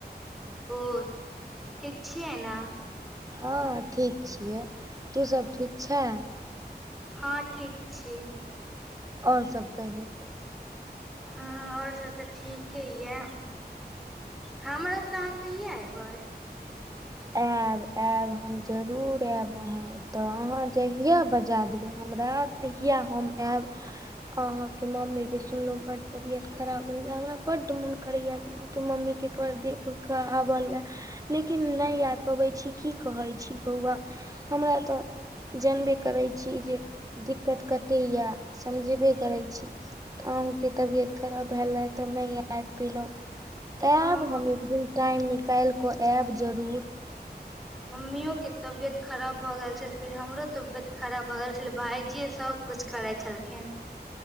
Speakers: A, in the centre; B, on the right.
A: ओ ठीक छियै न।
B: हँ ठीक छियै तू सब ठीक छे।
A: हँ ठीक छी।
B: और सब कही।
A: हँ और सब तऽ ठीके याऽ हमरा एतऽ आहाँ कहिया एबै।
B: एयब -एयब हम जरूर एयब अहाँ तऽ अहाँ जहिया बजा देबै हमरा तहिया हम एयब। हाँ के मम्मी के सुनलो बड तबियत खराब रहैया हमरा बड मन करैया मम्मी के एक बार दे भूखा आबऽ लऽ लेकिन नैय अैब पबै छी की कहै छी बौआ हमरा तऽ जानबे करै छी जे दिक्कत कतेक याऽ समझबे करै छी। अहूँ के तबियत खराब भेला रहै तऽ नहि अैब पेलों। एब
A: हँ
B: हम एक दिन टाइम निकैल कऽ एब जरूर।
A: मम्मीयो के तबियत खराब भऽ गेल छेलै फेर हमरो तबेत खराब भऽ गेल छेलेै भायजीये सब। कुछ करै छेलखिन।